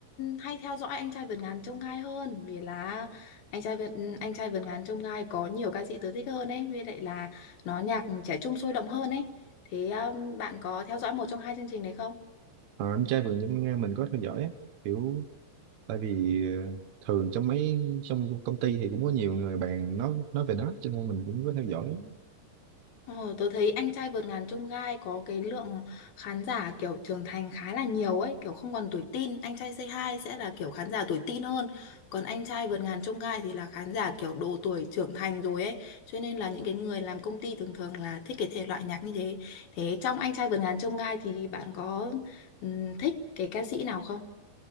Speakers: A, on the left; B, on the right.
A: hay theo dõi anh trai vượt ngàn chông gai hơn vì là anh trai vượt anh trai vượt ngàn chông gai có nhiều ca sĩ tớ thích hơn ấy với lại là nó nhạc trẻ trung sôi động hơn ấy thế um, bạn có theo dõi một trong hai chương trình đấy không?
B: Ờ, Anh Trai Vượt Ngàn Chông Gai mình có theo dõi á. Kiểu tại vì ờ, thường trong mấy trong công ty thì cũng có nhiều người bạn nói nói về nó cho nên mình cũng có theo dõi.
A: Ờ, tớ thấy anh trai vượt ngàn chông gai có cái lượng khán giả kiểu trưởng thành khá là nhiều ấy, kiểu không còn tuổi teen, anh trai Say Hi sẽ là kiểu khán giả tuổi teen hơn, còn anh trai vượt ngàn chông gai thì là khán giả kiểu độ tuổi trưởng thành rồi ấy, cho nên là những cái người làm công ty thường thường là thích cái thể loại nhạc như thế. Thế trong anh trai vượt ngàn chông gai thì bạn có ừm, thích cái ca sĩ nào không?